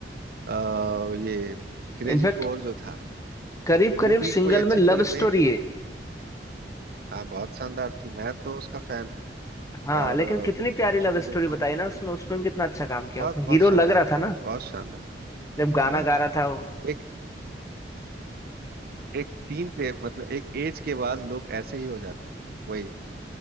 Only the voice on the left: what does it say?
इनफैक्ट
करीब करीब
सिंगल
में लव
स्टोरी
है
हाँ
लेकिन
कितनी प्यारी
लव
स्टोरी बताई ना उसने उसमें भी कितना अच्छा काम किया
उसमें
हीरो
लग रहा था ना
जब गाना
गा रहा था वो